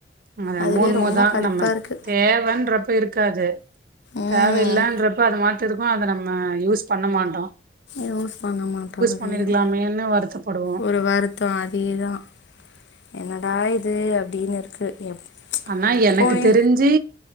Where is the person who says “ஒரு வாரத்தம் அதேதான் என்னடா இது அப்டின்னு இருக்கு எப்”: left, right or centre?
Left